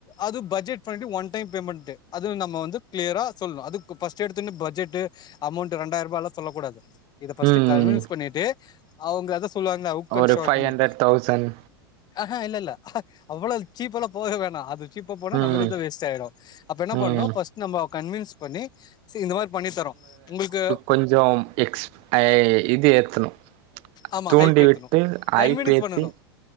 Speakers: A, on the left; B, on the right.
A: அது budget friendly one time payment அத நம்ம வந்து க்ளியரா சொல்னு அதுக்கு ஃபஸ்ட்டு எடுத்த ஒடனே பட்ஜெட் டு அமௌண்ட் ரெண்டாய ரூபாயெல்லா சொல்லக்கூடாது இத ஃபஸ்ட்டு
B: ம்
A: கன்வின்ஸ் பண்ணிட்டு அவுங்க அத சொல்லுவாங்கள உக்கன்ட்
B: ஒரு
A: ஷாட்டுனு
B: ஃபைவ் ஹண்ட்ரட் தௌசண்ட்
A: அ ஹா இல்லல்ல அவ்வளவு சீப்பல்லா போக வேணா அது சீப்பா போனா
B: ம்
A: நம்மளுக்குதா வேஸ்ட் ஆயிடு அப்ப என்ன
B: ம்
A: பண்ணணு ஃபஸ்ட்டு நம்ம கன்வின்ஸ் பண்ணி ஸி இந்த மாரி பண்ணி தரோ உங்களுக்கு
B: கொஞ்சே எக்ஸ் ஐ இது ஏத்தனு
A: ஆமா
B: தூண்டி
A: ஹைப் ஏத்தணும்
B: விட்டு அஐப்பேத்தி
A: கன்வின்ஸ் பண்ணணும்